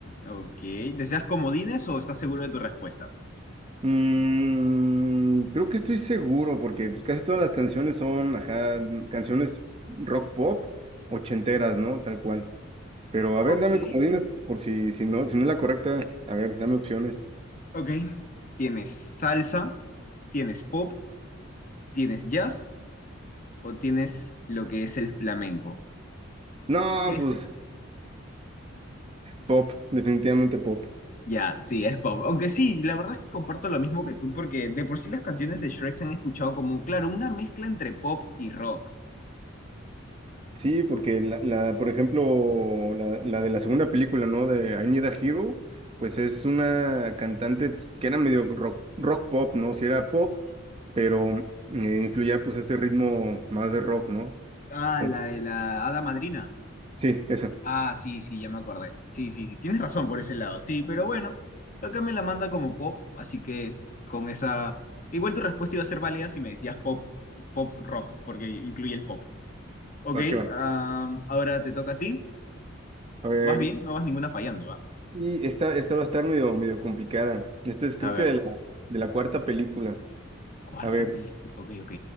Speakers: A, on the left; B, on the right.
A: Ok. ¿Deseas comodines o estás seguro de tu respuesta?
B: Mm, creo que estoy seguro porque pues, casi todas las canciones son, ajá, canciones rock pop ochenteras, ¿no? Tal cual. Pero a ver,
A: Ok,
B: dame comodines por si, si no, si no es la correcta, a ver, dame opciones.
A: ok. ¿Tienes salsa? ¿Tienes pop? ¿Tienes jazz? ¿O tienes lo que es el flamenco?
B: No,
A: Ese.
B: pues pop, definitivamente pop.
A: Ya, sí, es pop. Aunque sí, la verdad es que comparto lo mismo que tú, porque de por sí las canciones de Shrek se han escuchado como, claro, una mezcla entre pop y rock.
B: Sí, porque la, la, por ejemplo, la, la de la segunda película, ¿no? De I Need a Hero, pues es una cantante pues, que era medio rock, rock pop, ¿no? Si era pop, pero eh, incluía pues este ritmo más de rock, ¿no?
A: Ah,
B: Con-
A: la de la Hada Madrina.
B: Sí, esa.
A: Ah, sí, sí, ya me acordé. Sí, sí, sí, tienes razón por ese lado, sí, pero bueno, acá me la manda como pop, así que con esa... Igual tu respuesta iba a ser válida si me decías pop, pop rock, porque incluye el pop. Ok,
B: Va que va.
A: am, ahora te toca a ti.
B: A ver.
A: ¿Vas bien? No vas ninguna fallando, ¿va?
B: Y esta, esta va a estar medio, medio complicada. Esta es creo
A: A ver,
B: que de la, de la cuarta película.
A: cuarta
B: A ver,
A: película. Ok, ok.